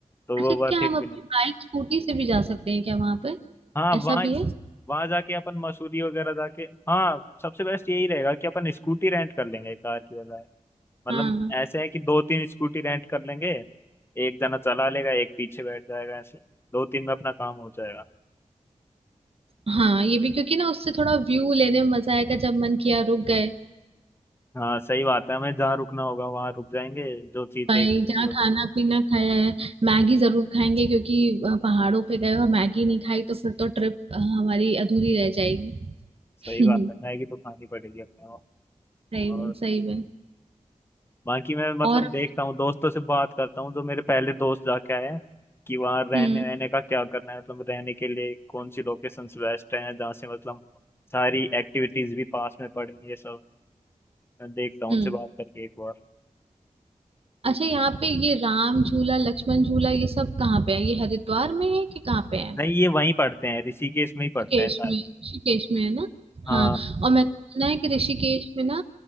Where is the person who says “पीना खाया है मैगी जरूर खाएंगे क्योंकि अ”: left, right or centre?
Right